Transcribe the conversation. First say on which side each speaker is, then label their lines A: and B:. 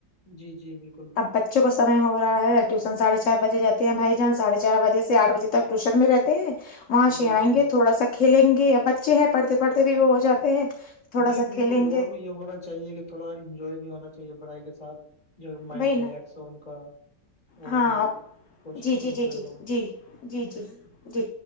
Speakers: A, on the left; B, on the left.
A: جی جی بالکل
B: اب بچوں کا سم ہو رہا ٹیوشن سڑھے چار بجے رہتے ہیں بھائی جان ساھے چار بجے سے آھ بجے ٹوشن میں رہتے ہیں وہاں ش
A: جی
B: آئیں
A: جی
B: گے تھوڑا سا کھیلیں گے بچے ہیں پڑھتے پڑھتے بھی وہ ہو جاتے ہیں تھوڑا
A: جی
B: سا
A: بالکل
B: کھیلیں
A: اور
B: گے
A: یہ ہونا چاہیے کہ تھوڑا انجوائے بھی ہونا چاہیے پڑھائی کے ساتھ جو مائنڈ
B: وہی
A: ریلیکس
B: نا
A: ہو ان کا اور
B: ہاں
A: بھی کچھ
B: جی جی
A: انجوائے
B: جی جی
A: ہو
B: جی جی جی جی